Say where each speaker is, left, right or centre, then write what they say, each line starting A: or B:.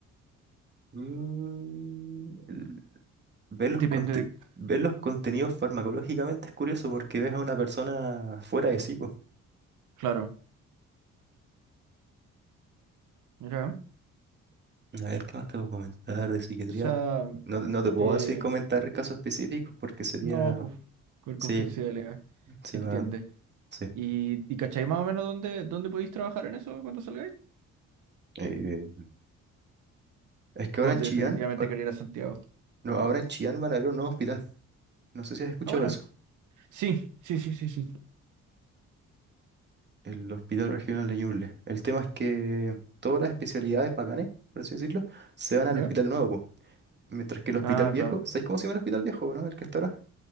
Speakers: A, on the right (about 35°); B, on the right (about 80°).
A: Mm, el- ver
B: Depende
A: los conte-
B: de...
A: ver los contenidos farmacológicamente es curioso porque ves a una persona fuera de sí, pues.
B: Claro, mira,
A: A ver, ¿qué más te puedo comentar de psiquiatría?
B: o sea,
A: No, no te puedo
B: de...
A: decir comentar casos específicos porque sería...
B: No, pues, con
A: Sí,
B: confidencialidad,
A: sí,
B: se entiende.
A: bueno, sí.
B: ¿Y, y cacháis más o menos dónde, dónde podéis trabajar en eso cuando salgáis?
A: Eh, es que ahora
B: ¿O
A: en Chillán,
B: definitivamente
A: ahora-
B: queréis ir a Santiago?
A: no, ahora en Chillán van a abrir un nuevo hospital. No sé si has escuchado
B: Ah, bueno.
A: eso.
B: Sí, sí, sí, sí, sí.
A: el Hospital Regional de Ñuble. El tema es que todas las especialidades bacanes, por así decirlo, se van al
B: ¿Ya?
A: hospital nuevo, po. Mientras que el hospital
B: Ah,
A: viejo,
B: claro.
A: ¿sabéis cómo se llama el hospital viejo, no? El que está ahora.